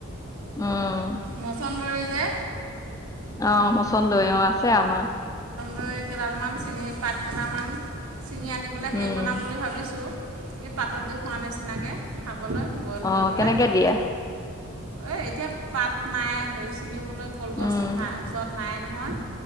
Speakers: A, on the left (about 15°); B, on the right (about 80°).
A: উম।
B: মছন্দৰী যে
A: অ' মছন্দৰী, অ আছে আমাৰ।
B: লৈ কেইডালমান চিঙি, পাত কেইটামান চিঙি আনি পেলে হেই
A: উম
B: বনাম বুলি ভাবিছোঁ। সেই পাতত দি খোৱা নিচিনাকে, খাবলৈ বইল কৰি
A: অ',
B: পেলাই
A: কেনেকে দিয়ে?
B: এই এতিয়া পাত নাই হেৰি ছিঙিবলৈ কলগছ
A: উম
B: নাই, ওচৰত নাই নহয়।